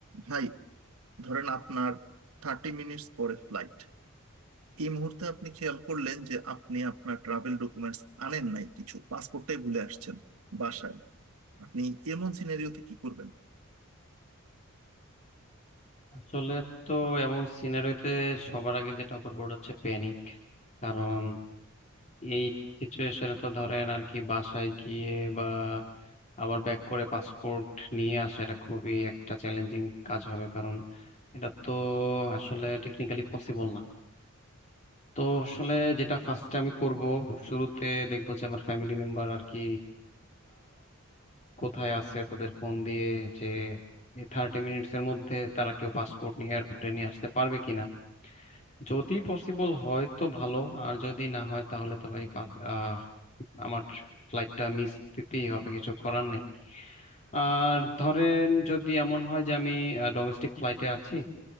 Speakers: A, on the right (about 80°); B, on the left (about 35°).
A: ভাই ধরেন আপনার থার্টি মিনিটস পরে ফ্লাইট এই মুহূর্তে আপনি খেয়াল করলেন যে আপনি আপনার ট্রাভেল ডকুমেন্টস আনেন নাই কিছু পাসপোর্টটাই ভুলে আসছেন বাসায় আপনি এমন সিনারিওতে কি করবেন
B: আসলে তো এমন সিনারিওতে সবার আগে যেটা করবো ওটা হচ্ছে প্যানিক কারণ এই সিচুয়েশনে তো ধরেন আর কি বাসায় গিয়ে বা আবার ব্যাক করে পাসপোর্ট নিয়ে আসা এটা খুবই একটা চ্যালেঞ্জিং কাজ হবে কারণ এটা তো আসলে টেকনিক্যালি পসিবল না তো আসলে যেটা ফার্স্টে আমি করব শুরুতে দেখবো যে আমার ফ্যামিলি মেম্বার আর কি কোথায় আছে তাদের ফোন দিয়ে যে এই থার্টি মিনিটস এর মধ্যে তারা কেউ পাসপোর্ট নিয়ে এয়ারপোর্টে নিয়ে আসতে পারবে কিনা যদি পসিবল হয় তো ভালো আর যদি না হয় তাহলে তো ভাই পাস- আহ, আমার ফ্লাইটটা মিস দিতেই হবে কিছু করার নেই আর ধরেন যদি এমন হয় যে আমি ডোমেস্টিক ফ্লাইটে আছি